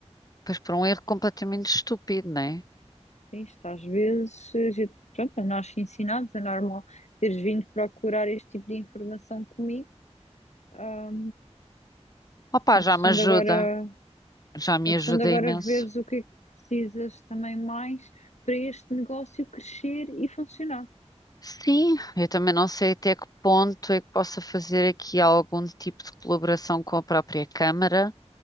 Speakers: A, on the left (about 30°); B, on the left (about 75°).
A: pois por um erro completamente estúpido, não é?
B: Sim, isto às vezes, a gente- pronto, nós ensinados, é normal teres vindo procurar este tipo de informação comigo. Ah,
A: Opá,
B: uma
A: já
B: questão
A: me ajuda,
B: de agora.
A: já me
B: A questão
A: ajuda
B: de agora
A: imenso.
B: veres o que é que precisas também mais para este negócio crescer e funcionar.
A: Sim, eu também não sei até que ponto é que possa fazer aqui algum tipo de colaboração com a própria Câmara,